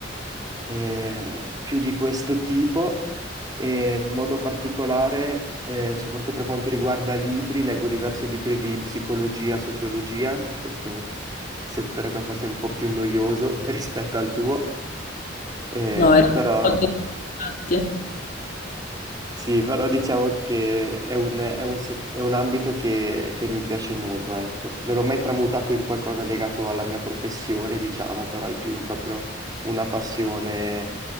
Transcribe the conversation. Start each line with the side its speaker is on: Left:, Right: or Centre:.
Right: eh, più di questo tipo e in modo particolare, eh, soprattutto per quanto riguarda libri, leggo diversi libri di psicologia, sociologia, in questo settore qua forse è un po' più noioso <laughs> rispetto al tuo, eh,
Left: No, era
Right: però...
Left: molto interessante.
Right: Sì, però diciamo che è un, è un set- è un ambito che, che mi piace molto, ecco. Non l'ho mai tramutato in qualcosa legato alla mia professione, diciamo, però è più un- proprio una passione